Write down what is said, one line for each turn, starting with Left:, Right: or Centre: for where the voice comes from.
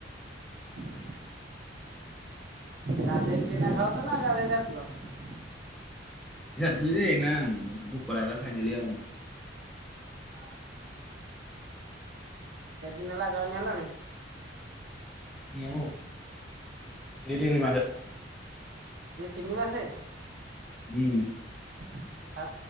Right: <inaudible> ଗାଧୋଇକିରିନା ଏବେ ଖାଉଥିଲ ନା ଗାଧୋଇ ସାରିଥିଲ?
Centre: ଏନା ଭୋକ ଲାଗିଲା ଖାଇଦେଲି ଆଉ।
Right: ହ ହୋ। କେତଦିନ ହେଲା ଯଏନେ ହେଲଣି?
Centre: ମୁଁ ଦି ତିନି ମାସେ।
Right: ଦି ଦିନି ମାସେ!
Centre: ହୁଁ।
Right: <unintelligible>